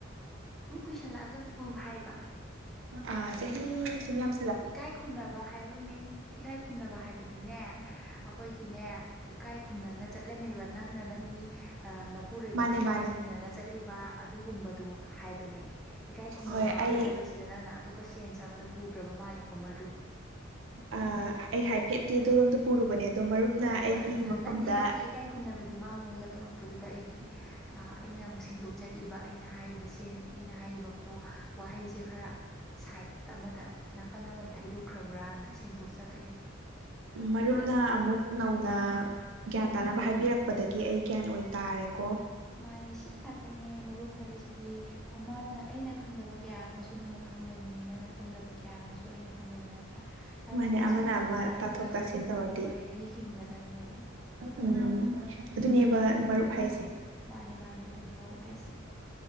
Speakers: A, in the centre; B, on the right.
A: ꯇꯨꯝ ꯀꯨꯏꯁꯜꯂꯛꯑꯒꯕꯨ ꯍꯥꯏꯞ
B: ꯑꯥ ꯆꯍꯤ ꯁꯨꯝ ꯌꯥꯝ꯫
A: ꯏꯀꯥꯏ ꯈꯨꯝꯅꯕ ꯍꯥꯏꯕ ꯃꯤꯟ ꯏꯀꯥꯏ ꯈꯨꯝꯅꯕ ꯍꯥꯏꯕꯗꯤꯅꯦ ꯑꯩꯈꯣꯏꯒꯤꯅꯦ꯫ ꯏꯀꯥꯏ ꯈꯨꯝꯅꯅ ꯆꯠꯂꯝꯃꯤꯕ ꯅꯪꯅ ꯅꯪꯒꯤ ꯑꯥ ꯅꯄꯨꯔꯣꯏꯕꯕꯨ
B: ꯃꯥꯅꯦ
A: ꯏꯀꯥꯏ
B: ꯃꯥꯅꯦ
A: ꯈꯨꯝꯅꯅ ꯆꯠꯂꯤꯕ꯫ ꯑꯗꯨꯒꯨꯝꯕꯗꯨ ꯍꯥꯏꯕꯅꯦ ꯏꯀꯥꯏ ꯈꯨꯝꯅꯕ
B: ꯍꯣꯏ
A: ꯃꯥꯡꯕ
B: ꯑꯩ
A: ꯍꯥꯏꯕꯁꯤꯗ ꯅꯪꯅ ꯑꯇꯣꯞꯄ ꯁꯦꯟꯁ ꯑꯃꯗ ꯄꯨ ꯒꯔ꯭ꯕ ꯃꯥꯜꯂꯦꯀꯣ ꯃꯔꯨꯞ꯫
B: ꯑ ꯑꯩ ꯍꯥꯏꯐꯦꯠꯇꯤ ꯗꯣꯂꯣꯝꯗꯣ ꯄꯨꯔꯨꯕꯅꯦ ꯑꯗꯣ ꯃꯔꯨꯞꯅ
A: ꯑꯣ
B: ꯑꯩꯒꯤ
A: ꯑꯗꯨꯅ
B: ꯃꯐꯝꯗ꯫
A: ꯅꯠꯇꯦ ꯅꯠꯇꯦ ꯏꯀꯥꯏ ꯈꯨꯝꯅꯕꯗꯤ ꯃꯥꯡꯉꯣꯏꯒ ꯇꯧꯔꯛꯄꯗꯨꯗ ꯑꯩꯗꯤ ꯑꯥ ꯑꯩꯅ ꯑꯃꯨꯛ ꯁꯦꯡꯗꯣꯛ ꯆꯔꯤꯕ ꯑꯩꯅ ꯍꯥꯏꯔꯤꯕ ꯁꯦꯟ ꯑꯩꯅ ꯍꯥꯏꯔꯤꯕꯀꯣ ꯋꯥꯍꯩꯖꯦ ꯈꯔ ꯁꯥꯏꯠ ꯑꯃꯗ ꯅꯥꯀꯟ ꯑꯃꯗ ꯊꯩꯗꯣꯛꯈ꯭ꯔꯕ꯭ꯔꯅ ꯁꯦꯡꯗꯣꯛꯆꯔꯛꯏꯟ
B: ꯃꯔꯨꯞꯅ ꯑꯃꯨꯛ ꯅꯧꯅ ꯒ꯭ꯌꯥꯟ ꯇꯥꯅꯕ ꯍꯥꯏꯕꯤꯔꯛ ꯄꯗꯒꯤ ꯑꯩ ꯒꯌꯥꯟ ꯑꯣꯏꯟ ꯇꯥꯔꯦꯀꯣ
A: ꯃꯥꯅꯦ ꯁꯤ ꯉꯥꯛꯇꯅꯦ ꯃꯔꯨꯞ ꯍꯥꯏꯕꯁꯤꯗꯤ꯫ ꯑꯃꯅ ꯑꯩꯅ ꯈꯪꯗꯕ ꯀꯌꯥ ꯑꯃꯁꯨ ꯅꯪꯅ ꯈꯪꯒꯅꯤ ꯅꯪꯅ ꯈꯪꯗꯕ ꯀꯌꯥ ꯑꯃꯁꯨ ꯑꯩꯅ ꯈꯪꯒꯅꯤ ꯅꯠꯇ꯭ꯔꯥ꯫ ꯇꯥꯊꯣꯛ
B: ꯃꯥꯅꯦ
A: ꯇꯥꯁꯤꯟ
B: ꯑꯃꯅ
A: ꯇꯧꯅꯔꯒ
B: ꯑꯃ ꯇꯥꯊꯣꯛ ꯇꯥꯁꯤꯟ ꯇꯧꯔꯗꯤ
A: ꯍꯣꯏ ꯍꯤꯡꯒꯗꯕꯅꯦꯕ꯫
B: ꯎꯝ ꯑꯗꯨꯅꯦꯕ
A: ꯅꯠꯇ꯭ꯔꯒꯗꯤ
B: ꯃꯔꯨꯞ ꯍꯥꯏꯁꯦ꯫
A: ꯃꯥꯅꯦ ꯃꯥꯅꯦ ꯑꯗꯨꯅꯦ ꯃꯔꯨꯞ ꯍꯥꯏꯁꯦ